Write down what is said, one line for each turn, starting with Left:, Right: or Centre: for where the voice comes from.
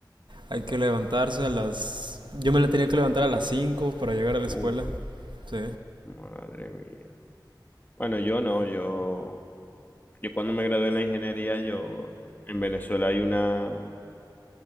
Right: hay que levantarse a las... Yo me la tenía que levantar a las 5 para llegar a la escuela.
Left: Uh,
Right: Sí,
Left: madre mía. Bueno, yo no, yo, yo cuando me gradué en la ingeniería, yo en Venezuela hay una,